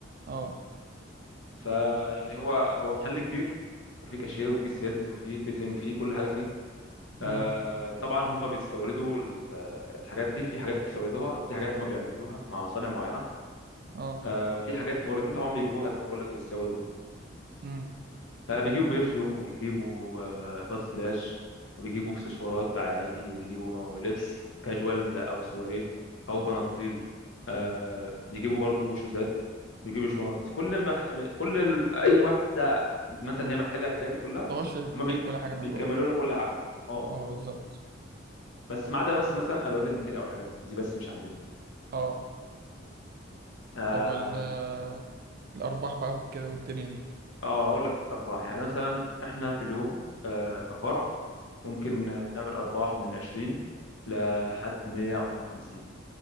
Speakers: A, on the right (about 50°); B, on the left (about 80°).
A: اه
B: فيعني هو هو محل كبير وفيه كاشير وفيه سيلز وفيه فيتنج فيه كل حاجه فيه آه
A: امم
B: طبعا هم بيستوردوا ال- الحاجات دي في حاجات بتستوردوها وفي حاجات هم بيعملوها مع مصانع معينه
A: اه
B: آه وفي حاجات موردين طبعا بيجيبوها زي ما بقول لك بيستوردوها
A: امم
B: آه، بيجيبوا برفيوم وبيجيبوا آه، بادز بلاش وبيجيبوا اكسسوارات عادي وبيجيبوا مو- لبس كاجوال او سواريه او بناطيل آه، بيجيبوا برضو شوزات بيجيبوا شنط كل ما كل ال... اي واحده مثلا هي محتاجه الحاجات دي كلها
A: تخش تجيب
B: هما بيك...
A: كل حاجه
B: بيكملوا
A: من جوه
B: لها كل حاجه اه
A: اه بالظبط
B: بس ما عدا بس مثلا ادوات المكياج او الحاجات دي دي بس مش
A: اه
B: عندنا
A: طب وال آه، الارباح بقى وكده والدنيا دي
B: اه هقول لك في الارباح يعني مثلا احنا في اليوم آه، كفرع ممكن آه، نعمل ارباح من 20 لحد 100 او 150